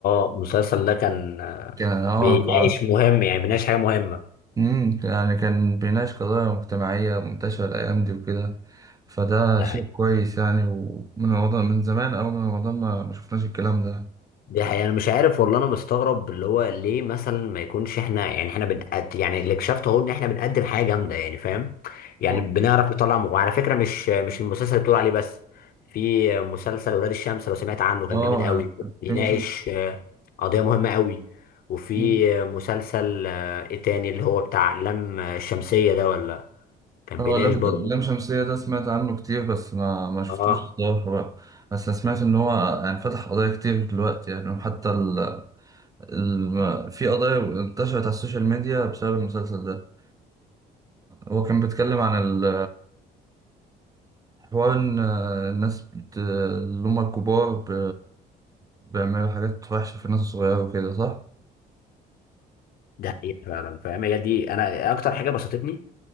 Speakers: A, on the left; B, on the right.
A: اه المسلسل ده كان آه،
B: كان اه
A: بيناقش
B: ف
A: مهم يعني بيناقش حاجه مهمه
B: مم، يعني كان بيناقش قضايا مجتمعية منتشرة الأيام دي وكده فده
A: ده
B: شيء كويس يعني ومن رمضان من زمان أوي من رمضان ما ما شفناش الكلام ده
A: دي حقيقة أنا مش عارف والله أنا مستغرب اللي هو ليه مثلا ما يكونش إحنا يعني إحنا بنقد يعني اللي اكتشفته أهو إن إحنا بنقدم حاجة جامدة يعني فاهم يعني
B: اه
A: بنعرف نطلع مخ- وعلى فكرة مش مش المسلسل اللي بتقول عليه بس في مسلسل ولاد الشمس لو سمعت عنه كان
B: آه،
A: جامد قوي بيناقش
B: في مسلسل
A: آه، قضية مهمة قوي وفي
B: مم.
A: آه، مسلسل آه، إيه تاني اللي هو بتاع لام الشمسية ده ولا كان
B: اه
A: بيناقش
B: لم
A: برضه
B: لم شمسية ده سمعت عنه كتير بس ما ما شفتوش
A: آه
B: الصراحة بقى بس أنا سمعت إن هو يعني فتح قضايا كتير دلوقتي يعني وحتى ال الم... في قضايا انتشرت على السوشيال ميديا بسبب المسلسل ده هو كان بيتكلم عن ال- حوار ان الناس بت... اللي هم الكبار ب... بيعملوا حاجات وحشة في الناس الصغيرة وكده صح؟
A: ده حقيقة فعلا فاهم هي دي أنا أكتر حاجة بسطتني